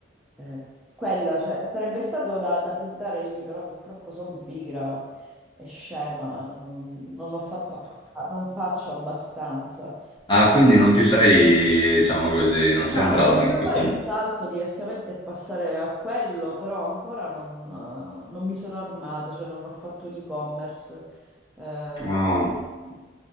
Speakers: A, in the centre; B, on the left.
A: eh. Eh, quella, cioè, sarebbe stato da, da puntare lì, però purtroppo sono pigra e scema, mm, non ho fatto, abba- non faccio abbastanza.
B: Ah, quindi non ti sei, diciamo così, non sei
A: No, avrei
B: entrata
A: potuto
B: in questo...
A: fare il salto direttamente e passare a quello, però ancora non, eh, non mi sono armata, cioè non ho fatto un e-commerce. Eh,
B: Ah,
A: mm,